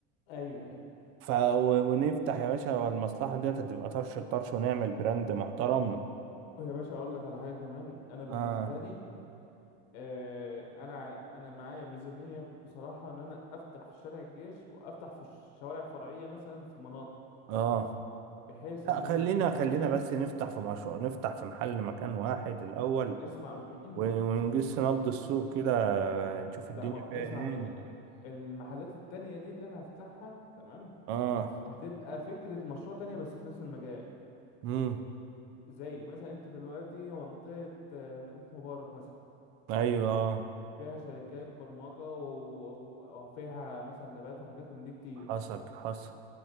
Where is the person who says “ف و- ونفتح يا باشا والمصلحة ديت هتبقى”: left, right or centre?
Right